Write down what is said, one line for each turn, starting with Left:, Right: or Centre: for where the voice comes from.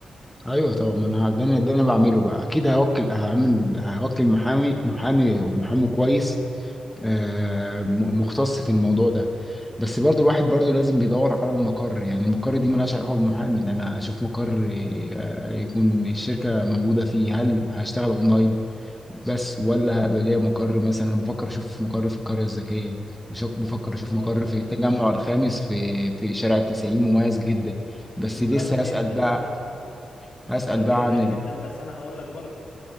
Centre: ايوه طبعا ما انا ده انا ده انا بعمله بقى اكيد هوكل هعمل هوكل محامي محامي ومحامي كويس آه، م- مختص في الموضوع ده بس برضو الواحد برضو لازم بيدور على المقر يعني المقر دي ملهاش علاقة بالمحامي لأن أنا أشوف مقر آه، يكون الشركة موجودة فيه هل هشتغل أونلاين بس ولا هيبقى ليا مقر مثلا أنا بفكر أشوف مقر في القرية الذكية بشك-
Left: لا
Centre: بفكر أشوف
Left: هو
Centre: مقر
Left: ال-
Centre: في التجمع الخامس في في شارع التسعين مميز جدا بس
Left: المقر
Centre: لسه
Left: بيفرق
Centre: هسأل بقى
Left: طبعا المقر
Centre: هسأل بقى
Left: بيفرق
Centre: عن ال...
Left: جدا بس انا هقول لك برضه